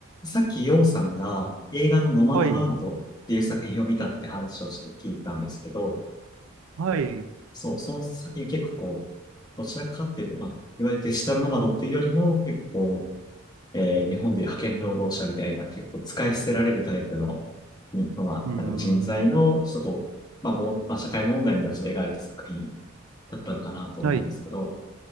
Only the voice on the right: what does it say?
はい、はい、う
ーん、
はい、